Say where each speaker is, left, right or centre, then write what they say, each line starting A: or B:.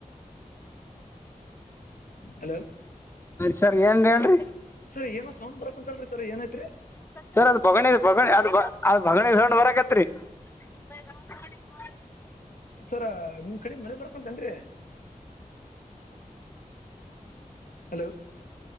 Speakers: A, on the left (about 80°); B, on the left (about 15°).
A: ಹಲೋ
B: ಸರಿ ಏನ್ ಹೇಳ್ರಿ
A: ಸರ್ ಏನೋ ಸೌಂಡು ಬರಕ ಅಂತಲ್ರಿ ಸ ಏನ ಐತ್ರಿ
B: ಸರ್ ಅದ ಬಗಣ ಅದ ಅದ ಬಗಣಿಡ್ ಬರಕತ್ರಿ <unintelligible>
A: ಸರ ನಿಮ್ ಕಡೆ ಮಳೆ ಬರ್ಕೊಂತನ್ರಿ ಹಲೋ